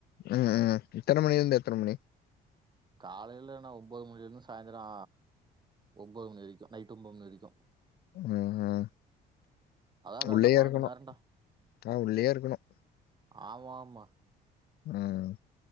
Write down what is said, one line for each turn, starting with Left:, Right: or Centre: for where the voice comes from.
Left: ம் ம் எத்தன மணிலிந்து எத்தன மணி
Right: காலைல நா ஒம்பது மணிலிந்து சாய்ந்துரோ ஒம்பது மணி வரைக்கு நைட் ஒம்பது மணி வரைக்கு
Left: ம், ம்.
Right: அதா கரெக்டா
Left: உள்ளயே
Right: பண்ணெண்டு
Left: இருக்கணும்.
Right: மண் நேரன்டா
Left: ஆ உள்ளயே இருக்கணும்.
Right: ஆமாமா
Left: ம்